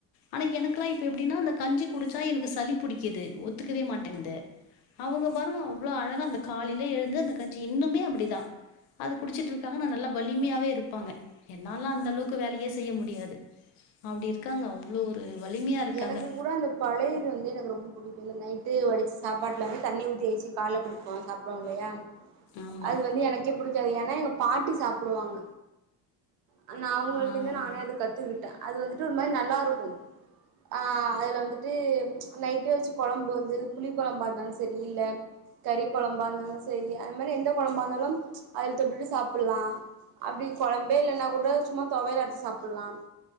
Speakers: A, on the left; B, on the right.
A: ஆனா எனக்குல்லாம் இப்ப எப்டின்னா அந்த கஞ்சி குடிச்சா எனக்கு சளி பிடிக்கிது ஒத்துக்கவே மாட்டேங்குது அவங்க பாரும் அவ்ளோ அழகா அந்த காலையில எழுந்து அந்த கஞ்சி இன்னுமே அப்புடிதா அது குடிச்சிட்ருக்காங்கன்னா நல்லா வலிமையாவே இருப்பாங்க என்னல்லாம் அந்த அளவுக்கு வேலையே செய்ய முடியாது அப்டி இருக்காங்க அவ்ளோ ஒரு வலிமையா இருக்காங்க
B: எனக்கு கூட அந்த பழையது வந்து எனக்கு ரொம்ப பிடிக்கும் இந்த நைட் ட்டு வடிச்ச சாப்பாட்ல வந்து தண்ணி ஊத்தி வெச்சி கால்ல குடிப்போ சாப்புடுவோ இல்லையா
A: ஆமா
B: அது வந்து எனக்கே புடுச் க்கியாது ஏன்னா எங்க பாட்டி சாப்புடுவாங்க அ நான் அவங்கள்ட்டந்தே
A: ஆஹ்
B: நானே அது கத்துக்குட்டேன் அது வந்துட்டு ஒரு மாரி நல்லா இருக்கும் ஆஹ அதுல வந்துட்டு அ நைட்டே வச்சு கொழம்பு வந்து புளி குழம்பா இருந்தாலும் சரி இல்ல கறி குழம்பா இருந்தாலும் சரி அது மாரி எந்த கொழம்பா இருந்தாலும் அதில் தொட்டுட்டு சாப்புட்லா அப்டி கொழம்பே இல்லன்னா கூட சும்மா தொவையலாட் சாப்புட்லாம்